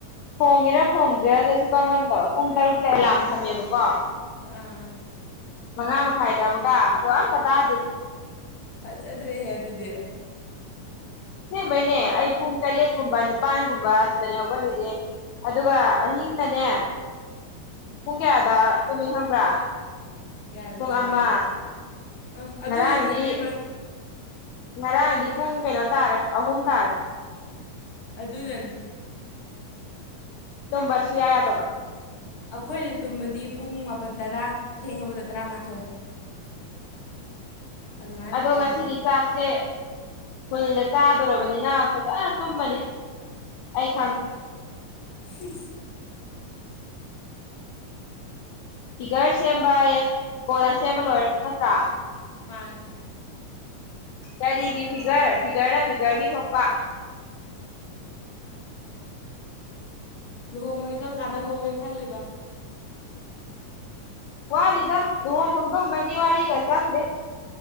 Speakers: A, on the left; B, on the left.
A: ꯈꯣꯡꯉꯤꯔꯥ ꯈꯣꯡꯗꯔꯤꯔꯥ ꯑꯗꯨꯁꯨ ꯁꯨꯈꯪ ꯈꯪꯗꯕ ꯄꯨꯡ ꯇꯔꯨꯛꯇ ꯑꯦꯂꯥꯔꯝ ꯊꯝꯃꯦꯕꯀꯣ
B: ꯑꯥ
A: ꯃꯉꯥ ꯃꯈꯥꯏꯗ ꯑꯃꯨꯒ ꯑꯗꯣ ꯑꯝꯇ ꯇꯥꯗꯦ
B: ꯐꯖꯗ꯭ꯔꯦꯍꯦ ꯑꯗꯨꯗꯤ
A: ꯑꯁꯦꯡꯕꯩꯅꯦ ꯑꯩ ꯄꯨꯡ ꯇꯔꯦꯠꯀꯨꯝꯕ ꯅꯤꯄꯥꯟꯒꯨꯝꯕ ꯑꯁꯤꯗꯅꯦ ꯍꯧꯒꯠꯂꯤꯁꯦ ꯑꯗꯨꯒ ꯑꯍꯤꯡꯅꯅꯦ ꯄꯨꯡ ꯀꯌꯥꯗ ꯇꯨꯝꯃꯤ ꯈꯪꯕ꯭ꯔꯥ
B: ꯀꯌꯥꯗ
A: ꯄꯨꯡ
B: ꯇꯨꯝꯒꯦ
A: ꯑꯃ
B: ꯑꯥ ꯑꯗꯨꯅꯅꯤ
A: ꯉꯔꯥꯡꯗꯤ
B: ꯏꯕꯦꯝꯃ
A: ꯉꯔꯥꯡꯗꯤ ꯄꯨꯡ ꯀꯩꯅꯣ ꯇꯥꯔꯦ ꯑꯍꯨꯝ ꯇꯥꯔꯦ
B: ꯑꯗꯨꯅꯅꯤ
A: ꯇꯨꯝꯕ ꯁꯨꯡꯌꯥ ꯌꯥꯗꯕ
B: ꯑꯩꯈꯣꯏꯅ ꯇꯨꯝꯕꯗꯤ ꯄꯨꯡ ꯃꯥꯄꯜ ꯇꯔꯥ ꯊꯦꯡꯉꯕꯗ ꯇꯔꯥꯃꯥꯊꯣꯏ ꯑꯗꯨꯃꯥꯏꯅ
A: ꯑꯗꯣ
B: ꯑꯗꯨꯝ ꯇꯨꯝꯃꯦ
A: ꯉꯁꯤꯒꯤ ꯆꯥꯛꯁꯦ ꯐꯨꯜꯗ ꯆꯥꯗꯣꯔꯕꯅꯤꯅ ꯐꯖꯅ ꯇꯨꯝꯃꯅꯤ ꯑꯩ ꯈꯪ
B: ꯍꯨꯝ
A: ꯐꯤꯒꯔ ꯁꯦꯝꯕ ꯌꯦ ꯀꯣꯟꯅ ꯁꯦꯝꯃ ꯂꯣꯏꯔꯦ ꯅꯠꯇ꯭ꯔꯥ
B: ꯃꯥꯟꯅꯤ
A: ꯀꯔꯤꯒꯤ ꯐꯤꯒꯔ ꯐꯤꯒꯔꯅ ꯐꯤꯒꯔꯒꯤ ꯊꯣꯛꯄ
B: ꯂꯨꯍꯣꯡꯕꯗꯤ ꯀꯔꯝ ꯀꯥꯟꯗ ꯍꯣꯡꯒꯦ ꯈꯜꯂꯤꯕ
A: ꯋꯥꯠꯂꯤꯗ ꯂꯨꯍꯣꯡ ꯈꯣꯡꯗꯣꯡꯕꯒꯤ ꯋꯥꯔꯤꯒ ꯆꯪꯗꯦ